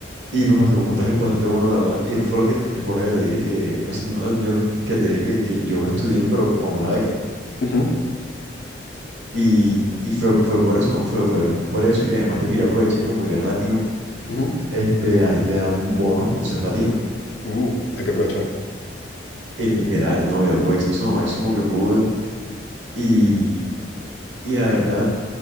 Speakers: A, on the right; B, on the left.
A: Y pues me sacó un puntaje bastante bueno, la verdad. Y eso fue lo que te- recuerda que te dije que, no sé, no, yo no- que te dije que, que yo me estudié, pero con una beca.
B: ujú,
A: Y, y fue, fue por eso, ¿no? Fue, fue por eso. Y además de que yo aproveché, como yo era latino,
B: ujú.
A: este, a ti te dan bonos por ser latino.
B: Uh, hay que aprovechar.
A: Es literal, ¿no? Yo aproveché eso lo máximo que pude. Y, y la verdad,